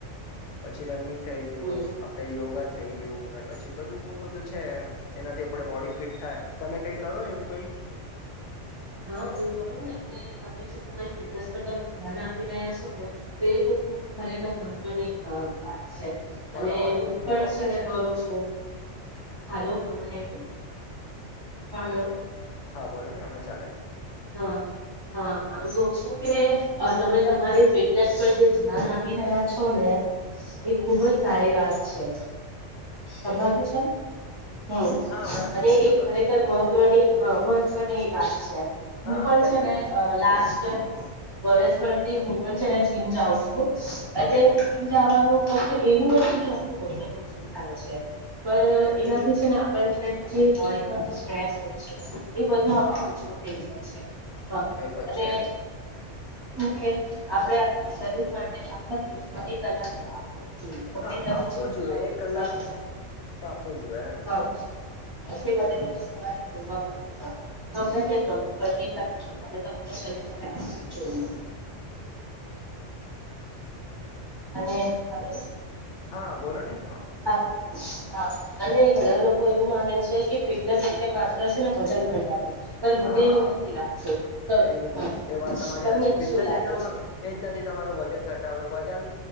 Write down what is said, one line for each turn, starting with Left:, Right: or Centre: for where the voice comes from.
Left: પછી રનિંગ થઈ ગયું
Right: હમ
Left: આપડે યોગા થઈ ગ
Right: હા
Left: પછી બધું બધું છે એનાથી આપ બોડી ફિટ થાય તમે કઈ કરો એવું કઈ
Right: હા હું કરું ને અને તમે જો તમારી ફિટનેસ પર તમે ધ્યાન આપી રહ્યા છો ને તો એ ખુબ ખરેખર મહત્વની વાત અને
Left: મારો અવાજ બહુ
Right: હું
Left: ધીરો
Right: પણ
Left: આપતું
Right: છે ને કરું છું હાલો હમણાં એ. હાલો.
Left: હા બોલો ને અણા ચાલે.
Right: હા હા આું ક છું કે તમે તમારી ફિટનેસ પર જે ધ્યાન આપી રહ્યા છો ને એ ખુબ જ સારી વાત છે. કળાતું છે. હમ
Left: હા હમણાં શું
Right: અને
Left: છે
Right: એ
Left: ખબર
Right: ખરેખર મહત્વની હ મહત્વ બધ એ વાત છે. હું
Left: હા
Right: પણ
Left: કેમ
Right: છે
Left: કે
Right: ને લાસ્ટ.
Left: હમ
Right: બરસ ભરથી હું પણ છેને જીમ જાઉ અ
Left: ઓકે
Right: જીમ જવાનું. ફક્ત એવું નથી કે આપણું વજન ઓછું થાય છે પણ એનાથી છે ને આપણને જે બોડીમાં જે સ્ટ્રેસ હોય છે. એ બધું આપણો
Left: હા
Right: ઓછો થઈ જાય છે. હા
Left: તો
Right: અ એ.
Left: છે
Right: કે આપ આપણા શરીર માટે આખા દિવસમાં એ કલાક તો આપવો ત ભીજીી
Left: હા આપવું જોઈએ
Right: જાવાગા
Left: એક કલાક
Right: કરો
Left: તો આપવું જોઈએ એમ
Right: હા. એ કે ભલે તમે સવારે દોડવા માટે જાાવ તમને ક કરો. એક કલાક તમે તમારા શરીર માટે આપ જોઈએ અને હાલ
Left: હા બોલો નને.
Right: <unintelligible> અને ઘણા લોકો એવું માને છે કે ફિટનેસ એટલે માત્ર છે ને વજન ઘટાડું. પણ મને
Left: હા
Right: એવું નથી લાગતું. તો
Left: એવું
Right: હા
Left: એ ને એ વાત તમારી
Right: તમને
Left: હાચી. ફિટનેસ
Right: શું લાગે
Left: એટલું
Right: છે
Left: એજ નથી તમારું વજન ઘટાડું વજન